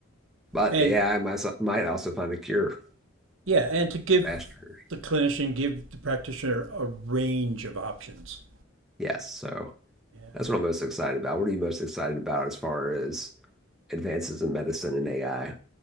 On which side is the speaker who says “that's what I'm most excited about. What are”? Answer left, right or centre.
Centre